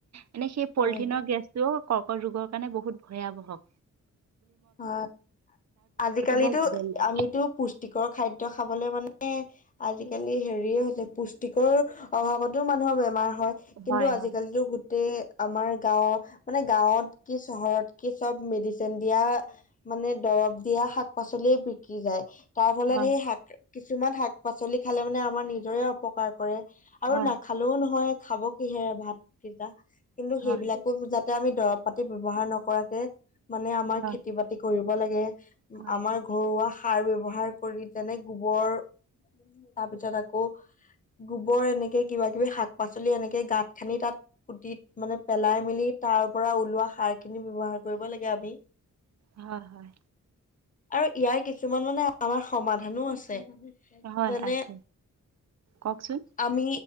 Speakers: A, on the right; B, on the left.
A: এনে সেই
B: হয়
A: পলিথিনৰ
B: হয়।
A: গেছটোও কৰ্কট ৰোগৰ কাৰণে বহুত ভয়াৱহক।
B: অ। আজিকালিতো
A: বৰ বেলেগ
B: আমিতো পুষ্টিকৰ খাদ্যয খাবলে মানে আজিকালি হেৰিয়ে হৈছে পুষ্টিকৰ অভাৱতো মানুহৰ বেমাৰ হয়। কিন্তু
A: হয়
B: আজিকালিতো
A: হয়
B: গ আমাৰ গাঁওৰ মানে গাঁৱত কি চহৰত কি চব মেডিচিন দিয়া মানে দৰব দিয়া শাক-পাচলিয়ে বিকি যায়। তাৰ ফলত
A: হয়
B: সেই শাক কিছুমান শাক-পাচলি খালে মানে আমাৰ নিজৰে অপকাৰ কৰে আৰু
A: হয়
B: নাখালেও নহয়। খাব কিহে ভাত কিতা কিন্তু সেইবিলাকো
A: হয়
B: বুজাত এতিয়া আমি দৰব পাতি বব্যৱহাৰ নকৰাকে মানে আমাৰ
A: হয়
B: খেতি-বাতি কৰিব লাগে।
A: হয়
B: আমাৰ ঘৰুৱা সাৰ ব্যাৱহাৰ কৰি যেনে গোবৰ। তাৰপিছত আকৌ গোবৰ এনেকে কিবা-কিবি শাক-পাচলি এনেকে গাঁত খানি তাত পুতি মানে পেলাই মেলি তাৰ পৰা ওলোৱা সাৰ খিনি বব্যৱহাৰ কৰিব লাগে আমি।
A: হয় হয়
B: আৰু ইয়াৰ কিছুমান মানে আমাৰ সমাধানো আছে।
A: হয় হয়
B: যেনে
A: আছে কওকচোন
B: আমি